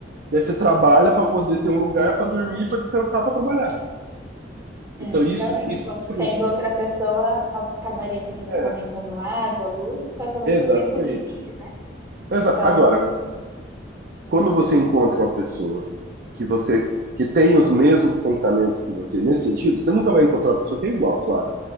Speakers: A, on the right; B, on the right.
A: E aí você trabalha para poder ter um lugar para dormir, para descansar, para trabalhar. Então
B: É,
A: isso
B: realmente,
A: isso
B: tipo,
A: frustra.
B: tendo outra pessoa, acabaria, por exemplo,
A: É,
B: aumentando a água, a luz, só que ao mesmo
A: exatamente.
B: tempo divide, né?
A: Exa-
B: Então,
A: Agora, quando você encontra uma pessoa que você que tem os mesmos pensamentos que você nesse sentido, você nunca vai encontrar uma pessoa que é igual, claro,